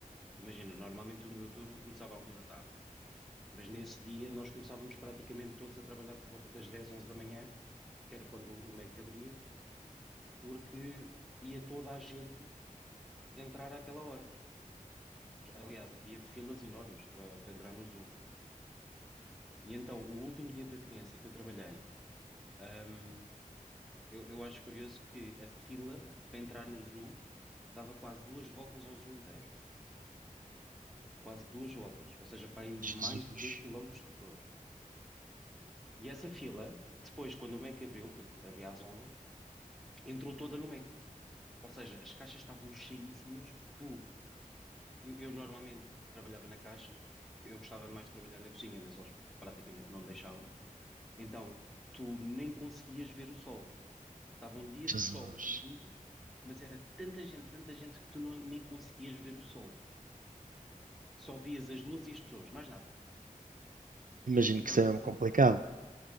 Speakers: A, in the centre; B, on the right (about 70°).
A: Imagina, normalmente o meu turno começava à uma da tarde, mas nesse dia nós começávamos praticamente todos a trabalhar por volta das 10, 11 da manhã, que era quando o MEC abria, porque ia toda a gente entrar àquela hora. Aliás, havia filas enormes para, para entrar no zoo. E então, o último dia da criança que eu trabalhei, Ahm, eu, eu acho curioso que a fila para entrar no zoo dava quase duas voltas ao zoo inteiro. Quase duas voltas. Ou seja, para aí
B: Jesus,
A: mais de dois quilómetros de pessoas. E essa fila, depois, quando o Mac abriu, que abria às 11, entrou toda no Mac. Ou seja, as caixas estavam cheíssimas. Tu, eu, eu normalmente trabalhava na caixa, porque eu gostava mais de trabalhar na cozinha, mas eles praticamente não me deixavam. Então, tu nem conseguias ver o sol. Estava um dia
B: Jesus.
A: de sol lindo mas era tanta gente, tanta gente que tu não- nem conseguias ver o sol. Só vias as luzes e as pessoas, mais nada. E
B: Imagino
A: eu ficava
B: que isso é mesmo
A: tipo,
B: complicado.